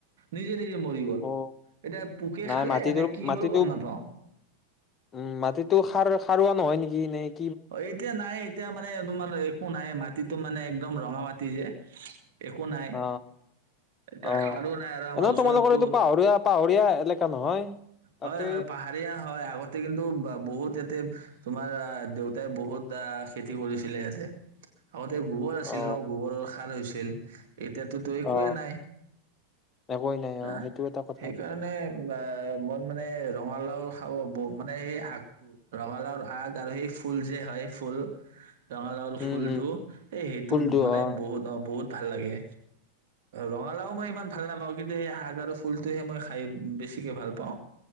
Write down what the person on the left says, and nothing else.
অ
নাই
মাটিটোৰ
মাটিটো
উম, মাটিতো সাৰ সাৰুৱা নহয় নেকি এনেই
অ
অ অ
এনেও
তোমালোকৰ এইটো পাহৰীয়া পাহৰীয়া এলেকা নহয় তাতে
অ
অ
একোৱেই নাই
অ সেইটো এটা কথা
উম
উম
ফুলটো
অ